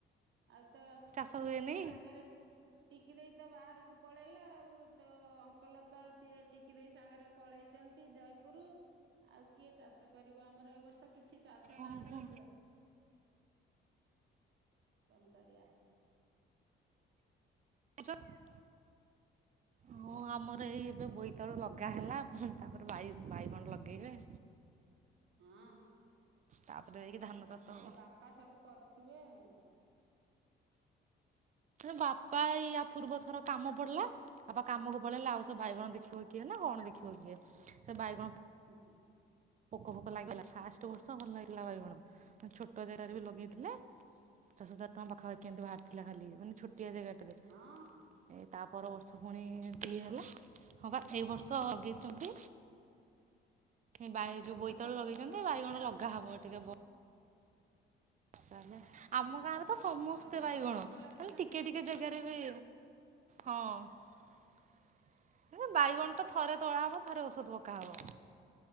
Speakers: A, on the right (about 70°); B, on the right (about 40°).
A: ଆଉ ତ
B: ଚାଷ
A: ଟିକି
B: ହୁଏନି?
A: ଦେଇ ସାଙ୍ଗରେ ଟିକି ଦେଇ ତ ବାହାରକୁ ପଳେଇ ହେଲା ଆଉ ତ ଅଙ୍କଲ ତ ସିଏ ଟିକି ଦେଇ ସାଙ୍ଗରେ ପଳେଇଛନ୍ତି ଜୟପୁର ଆଉ କିଏ ଚାଷ କରିବ ଆମର ଏ ବର୍ଷ <unintelligible>
B: ଓହୋ।
A: ନାଇଲୋ ଝିଅ। କଣ କରିବା?
B: <unintelligible> ହଁ ଆମର ଏଇ ଏବେ ବୋଇତାଳୁ ଲଗା ହେଲା, ପୁଣି ତାପରେ ବାଇ ବାଇଗଣ ଲଗେଇବେ।
A: ହୁଁ ଉଉ
B: ତାପରେ। ଯାଇକି ଧାନ ଚାଷ
A: ଆଉ
B: ହବ।
A: ତୋ ବାପା ସବୁ କରୁଥିବେ ଆଉ
B: ବାପା ଇଆ ପୂର୍ବ ଥର କାମ ପଡିଲା, ବାପା କାମକୁ ପଳେଇଲେ ଆଉ ସେ ବାଇଗଣ ଦେଖିବ କିଏ ନା କଣ ଦେଖିବ କିଏ, ସେ ବାଇଗଣ
A: ହୁଁ।
B: ପୋକଫୋକ ଲାଗିଗଲା ଫାଷ୍ଟ୍ ବର୍ଷ ଭଲ ହେଇଥିଲା ବାଇଗଣ <inaudible> ଛୋଟ୍ ଟୋ ଜାଗାରେ ବି ଲଗେଇଥିଲେ।
A: ହୁଁ
B: ପଚାଶ ହଜାର ଟଙ୍କା ପାଖାପାଖି କିନ୍ତୁ ବାହାରଥିଲା ଖାଲି ମାନେ ଛୋଟ୍ ଛୋଟିଆ ଜାଗାଟାରେ
A: ହଁ
B: ଏ ତାପର ବର୍ଷ ପୁଣି ଏମିତି ହେଲା ହଁ ପା ଏଇ ବର୍ଷ ଲଗେଇଛନ୍ତି। ବାଇ
A: ଏ
B: ଯୋଉ
A: ବର୍ଷ
B: ବୋଇତାଳୁ
A: ତ ପ୍ରବଳ
B: ଲଗେଇଛନ୍ତି ଯେ
A: ପୋକରା
B: ବାଇଗଣ ଲଗାହବ ଟିକେ ବ ବର୍ଷା ହେଲା ଆମ ଗାଁର <inaudible> ସମସ୍ତେ
A: ପ୍ରବଳ
B: ବାଇଗଣ,
A: ପୋକ ଲାଗୁଛନ୍ତି
B: ହେଲେ ଟିକେ ଟିକେ ଜାଗାରେ ବି, ହଁ
A: ହୁଁ
B: ବାଇଗଣ ତ ଥରେ ତୋଳା ହବ। ଥରେ ଔଷଧ ପକାହେବ।